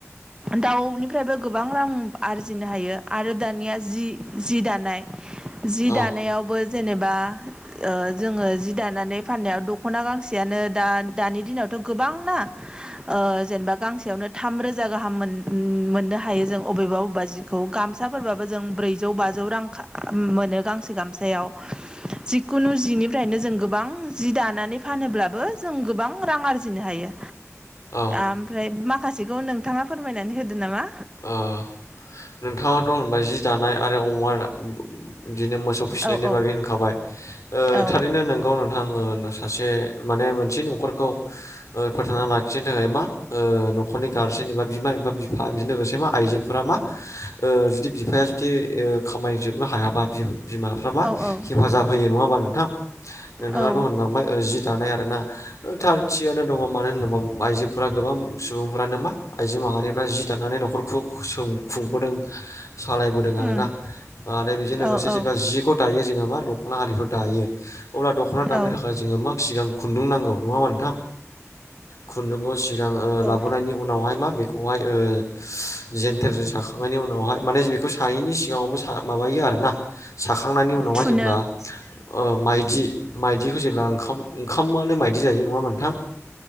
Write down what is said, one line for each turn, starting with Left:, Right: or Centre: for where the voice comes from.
Right: दाउनिफ्रायबो गोबां रां आरजिनो हायो आरो दानिया जि जि दानाय। जि
Left: औ
Right: दानायावबो जेनेबा ओ जोंङो। दानानै फाननायाव द'खना गांसेयानो दा दानि दिनावथ गोबांना। ओ जेनेबा गांसेयावनो। थाम रोजा गाहाम मोननो हायो जों अबेबा बबेबा जिखौ गामसाफोरबाबो जों ब्रैजौ बाजि। बाजौ रां खा मोनो गांसे गामसायाव जिखुनु जिनिफ्रायनो जों गोबां जि दानानै फानोब्लाबो जों गोबां रां आरजिनो हायो।
Left: औ
Right: ओमफ्राय माखासेखौ नोंथांङा फोरमायनानै होदो नामा?
Left: औ ओ नोंथाङाथ होनबाय जि दानाय आरो अमा बिदिनो मोसौ फिसिनायनि
Right: औ औ
Left: बागै होनखाबाय
Right: औ
Left: थारैनो नंगौ नोंथां ओ सासे माने मोनसे न'खरखौ ओ फोथांना लाखिनो थाखाय मा ओ न'खरनि गारजेन एबा बिमा एबा बिफा बिनो लोगोसे मा आइजोफोरा मा ओ जुदि बिफाया जुदि खामानिजोबनो हायाबा बि बिमाफ्राबा
Right: औ औ
Left: हेफाजाब होयो नङाबा नोंथां नोंथाङाथ'
Right: औ
Left: होनलांबाय जि दानाय आरोना ओ थारथियानो दङ मानो होनोबो आइजोफोरा गोबां सुबुंफ्रानो मा आइजो माहारिफ्रा जि दानानै न'खरखौ खुसुं खुंबोदों सालायबोदों आरोना
Right: उम
Left: आरो बेजों लोगोसे
Right: औ औ
Left: जेब्ला जिखौ दायो जोङो मा दख दख'ना आरिफोर दायो अब्ला दख'ना दानो
Right: औ
Left: थाखाय जोङो मा सिगां खुन्दुं नांगौ नङा होनबा नोंथां खुन्दुंखौ सिग गां
Right: औ
Left: लाबोनायनि उनावहाय मा बेखौहाय ओ जेन्थेरजों साखांनायनि उनावहाय माने बेखौ सायैनि सिगाङावबो माबायो आरोना साखा खांनायनि उनावहाय
Right: थुनो
Left: जेब्ला ओ माइदि माइदिखौ जेब्ला ओंखाम ओंखामानो माइद दि जायो नङा होनबा नोंथां